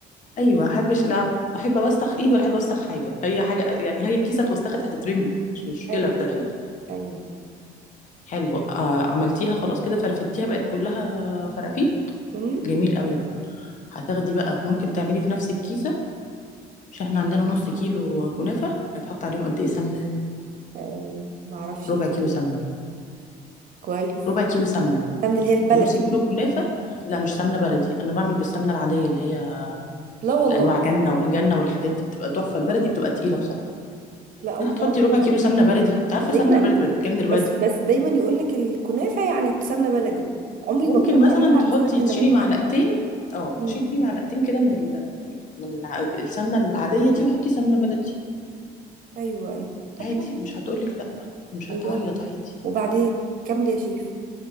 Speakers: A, on the left (about 45°); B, on the right (about 55°).
A: ايوه ما احبش لا احب اوسخ ايدي ولا احب اوسخ حاجه هي حاجه يعني هي الكيسه اتوسخت هتترمي مش مشكله
B: ايوه
A: في داهيه يعني
B: ايوه
A: حلو آه عملتيها خلاص كده فرفتيها بقت كلها فرافيت
B: امم
A: جميل قوي بقى هتاخدي بقى ممكن تعملي في نفس الكيسه مش احنا عندنا نص كيلو كنافه هيتحط عليهم قد ايه سمنه
B: آه، ما اعرفش
A: ربع
B: إيه.
A: كيلو سمنه
B: كويس
A: ربع كيلو سمنه
B: تمن اللي هي البلدي
A: نص كيلو كنافه لا مش سمنه بلدي انا بعمل بالسمنه العاديه اللي هي
B: لا والله
A: الانواع جنه جنه والحاجات دي بتبقى تحفه البلدي بتبقى تقيله بصراحه
B: لا اول
A: يعني هتحطي
B: مره اسمع
A: ربع كيلو
B: حد
A: سمنه بلدي انت
B: ده
A: عارفه
B: دايما
A: سمنه بلدي بقت بكام دلوقتي
B: بس بس دايما يقول لك الكنافه يعني سمنه بلدي عمري
A: ممكن
B: ما جربت
A: مثلا
B: اعملها
A: تحطي
B: بالسمنه النباتيه
A: تشيلي معلقتين اه
B: امم
A: شيلي معلقتين كده من ال... من الع... السمنه العاديه دي وحطي سمنه بلدي
B: ايوه ايوه طب
A: عادي
B: حلو
A: مش هتقولك لا مش
B: نجرب
A: هتعيط عادي
B: وبعدين كمل يا شيف